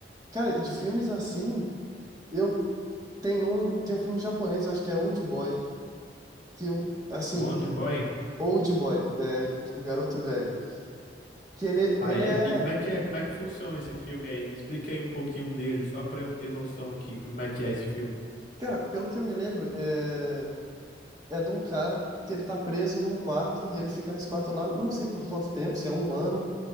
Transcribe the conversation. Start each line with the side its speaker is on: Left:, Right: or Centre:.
Right: Cara, de filmes assim, eu tenho um, tem um filme japonês, eu acho que é Old Boy, que eu, assim,
Left: Wonder Boy.
Right: Old Boy, é, tipo, garoto velho que ele,
Left: Ah,
Right: ele
Left: é?
Right: é
Left: E como é que é? Como é que funciona esse filme aí? Me explica aí um pouquinho dele, só pra eu ter noção aqui como é que é esse filme.
Right: Cara, pelo que eu me lembro, é, é de um cara que ele tá preso num quarto e ele fica nesse quarto lá, não sei por quanto tempo, se é um ano,